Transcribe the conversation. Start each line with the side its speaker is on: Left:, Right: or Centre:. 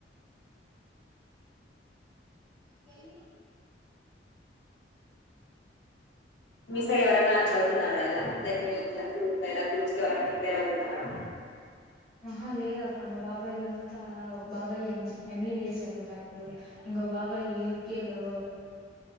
Centre: వెళ్ళి
Left: మీసై ఎరన్నా చవుతు ఇలా లైక్ మీట్లా గ్రూప్ లోలా గ్రూప్స్ క ఎవరైనా ప్రిపేర్ అవుతున్నారా.
Centre: ఆహా లేదక్క మా బాబాయలంతా ఒక బాబాయ్ ఎంబీబిఎస్ వెళ్తాండు ఇంకో బాబాయ యూకేలో